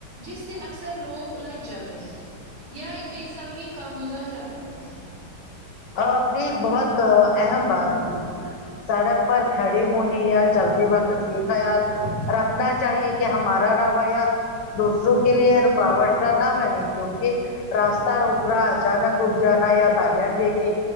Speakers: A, on the right; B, on the left.
A: جس سے اکثر لوگ الجھ جاتے ہیں یا بےصبری کا مظاہرہ کرتے ہیں
B: اپنی بہت اہم بات تھی سڑک پر کھڑے ہونے یا چلتے وقت یہ خیال رکھنا چاہیے کہ کہ ہمارا رویہ دوسروں کے لیے رکاوٹ کا نہ بنے کیونکہ راستہ روکنا اچانک رک جانا یا آ گیا دیک کے